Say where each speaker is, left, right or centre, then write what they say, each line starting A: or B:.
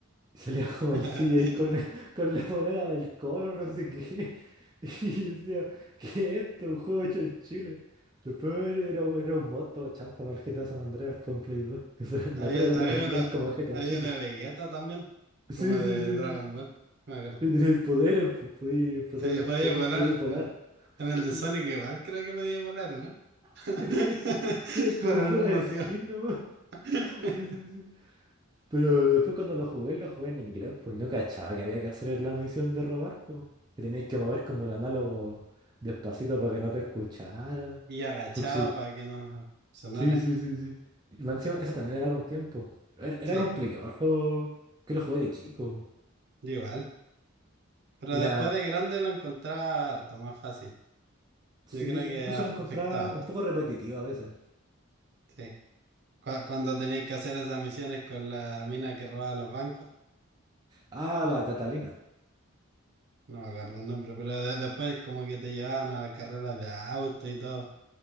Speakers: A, on the right; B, on the right.
A: Y salía como
B: <laughs>
A: el CJ con, <laughs> con la polera del Colo, no sé qué. <laughs> Y yo decía, ¿qué es esto? Un juego hecho en Chile. Después era, era un moto chanta para el GTA San Andreas, fue en Play 2. <laughs> Eso, en
B: había,
A: la feria te
B: había
A: lo vendían
B: una,
A: como GTA
B: había
A: Chile.
B: una Vegeta también,
A: Sí,
B: como de
A: sí, sí,
B: Dragon
A: sí, sí.
B: Ball, no me acuerdo.
A: Y Tenías poderes, pues podías explotar
B: Sí,
A: las
B: podía
A: cosas,
B: volar,
A: podías volar.
B: en, en el de
A: Sí.
B: Sonic igual creo que podía volar, ¿o ¿no? <laughs>
A: <laughs> Y Eran como
B: Por algún
A: pura
B: motivo.
A: skin nomás.
B: <laughs>
A: Sí, sí, sí. Pero después cuando lo jugué, lo jugué en inglés, pues, y no cachaba que había que hacer la misión de robar, pues. Que tenías que mover como el análogo despacito para que no te escuchara.
B: Y agachado
A: Porque sí,
B: para que no sonara.
A: sí, sí, sí, sí. Y más encima, eso también era con tiempo. Era, era
B: Sí,
A: complicado el juego, que lo jugué de chico. po.
B: yo igual. Pero
A: Y
B: después
A: la...
B: de grande lo encontraba harto más fácil.
A: Sí,
B: Yo creo que
A: incluso
B: af-
A: lo encontraba
B: afecta harto.
A: un poco repetitivo a veces.
B: Sí. Cu- Cuando tenéis que hacer esas misiones con la mina que robaba los bancos.
A: Ah, la Catalina.
B: No me acuerdo el nombre, pero de- después como que te llevaban a carreras de auto y todo